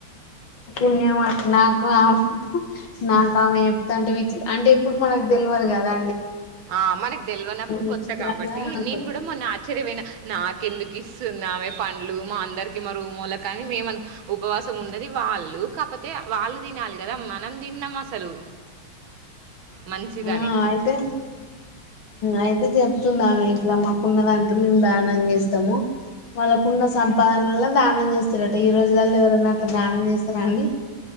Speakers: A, on the left; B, on the right.
A: పుణ్యమా నాకు ఆమ్ నాకు ఆమె చెప్తంటే వి అంటే ఎప్పుడు మనకు తెల్వదు కదా
B: ఆ మనకు తెల్వనప్పుడు
A: విచిత్రంగా
B: కొత్త కాబట్టి
A: అనుకున్నా
B: నేను కూడా మొన్న ఆశ్చర్యపోయిన నాకెందుకు సున్నామే పండ్లు మా అందరికి మా రూమోలకి కానీ మేము ఉపవాసం ఉన్నది వాళ్ళు కాకపోతే వాళ్ళు తినాలి కదా మనం తిన్నమా హలో మంచిదని
A: ఆ అయితే అయితే చెప్తుందామ ఇట్లా మాకున్న దాక మేము దానం చేస్తాము వాళ్ళకున్న సంపాదనల్లో దానం చేస్తారట ఈ రోజులలో ఎవరైనా అట్లా దానం చేస్తారా అండి